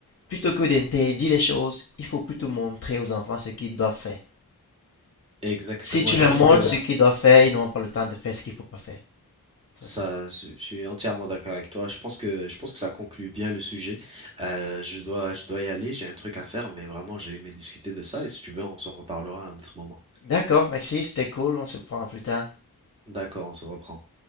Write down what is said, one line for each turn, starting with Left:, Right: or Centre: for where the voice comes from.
Left: plutôt que d'interdire les choses, il faut plutôt montrer aux enfants ce qu'ils doivent faire.
Right: Exactement.
Left: Si tu
Right: Et
Left: leur
Right: je pense
Left: montres
Right: que...
Left: ce qu'ils doivent faire, ils n'auront pas le temps de faire ce qu'il ne faut pas faire. Très
Right: Ça,
Left: simple.
Right: je je suis entièrement d'accord avec toi. Je pense que je pense que ça conclut bien le sujet. Euh, je dois je dois y aller. J'ai un truc à faire, mais vraiment j'ai aimé discuter de ça. Et si tu veux, on s'en reparlera à un autre moment.
Left: D'accord, Maxi, c'était cool. On se prend plus tard.
Right: D'accord, on se reprend.